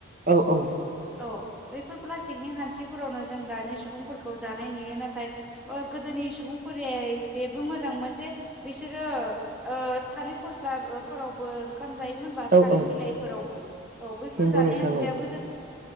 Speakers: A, on the right (about 40°); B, in the centre.
A: औ औ।
B: औ बैफोर प्लास्टिकनि हानसिफोरावनो जों दानि सुबुंफोरखौ जानाय नुयो नाथाय ओ गोदोनि नि सुबुंफोरियै बेबो मोजांमोन जे बिसोरो ओ थालिर फस्ला ओ फोर आवबो ओंखाम जायोमोनबा
A: औ
B: थालिर
A: औ
B: बिलाइफोरावबो औ बैफोर
A: नंगौ
B: जानाय
A: नोंथां
B: हुदायाबो
A: औ
B: जों